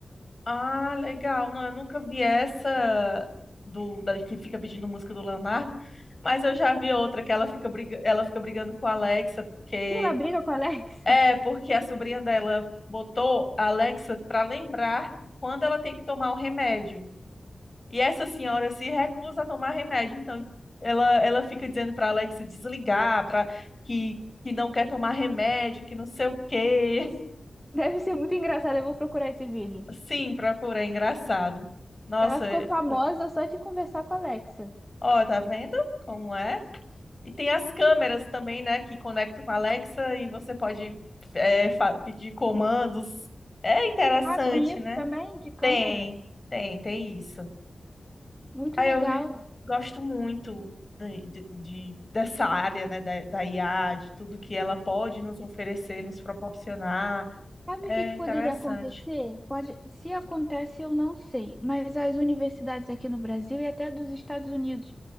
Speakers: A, on the left; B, in the centre.
A: Ah, legal. Não, eu nunca vi essa do da, que fica pedindo música do Leonardo, mas eu já vi outra que ela fica briga, ela fica brigando com a Alexa porque
B: E ela briga com a Alexa.
A: é porque a sobrinha dela botou a Alexa para lembrar quando ela tem que tomar o remédio. E essa senhora se recusa a tomar remédio. Então, ela, ela fica dizendo para Alexa desligar, para que, que não quer tomar remédio, que não sei o quê. <laughs>
B: <laughs> Deve ser muito engraçado, eu vou procurar esse vídeo.
A: Sim, procura, é engraçado. Nossa,
B: Ela ficou famosa só de conversar com a Alexa.
A: ó, tá vendo como é? E tem as câmeras também, né, que conectam com a Alexa e você pode é, fa- pedir comandos. É interessante,
B: Ah, tem isso
A: né?
B: também de câmera?
A: Tem, tem, tem isso.
B: Muito
A: Aí
B: legal.
A: eu gosto muito de, de- de- dessa área, né, da, da IA, de tudo que ela pode nos oferecer, nos proporcionar.
B: Sabe
A: É
B: o que que
A: interessante.
B: poderia acontecer? Pode, se acontece, eu não sei, mas as universidades aqui no Brasil e até dos Estados Unidos